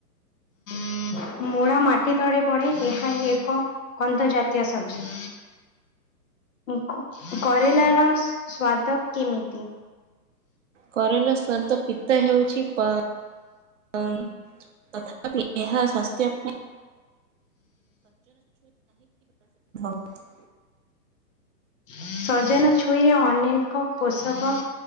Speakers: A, on the left; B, on the right.
A: <inaudible> ମୂଳା ମାଟି ତଳେ ବ, ଏହା ଏକ <unintelligible> ଜାତୀୟ ସବଜି। <unintelligible> କରେଲ ର ସ୍ଵାଦ କେମିତି?
B: କରେଲା ସ୍ୱାଦ ପିତା ହେଉଛି <unintelligible> ତଥାପି ଏହା ସସ୍ଥ୍ୟ <unintelligible> <unintelligible>
A: <inaudible> ସଜନା ଛୁଇଁ <unintelligible> ଅନେକ ପୋଷକ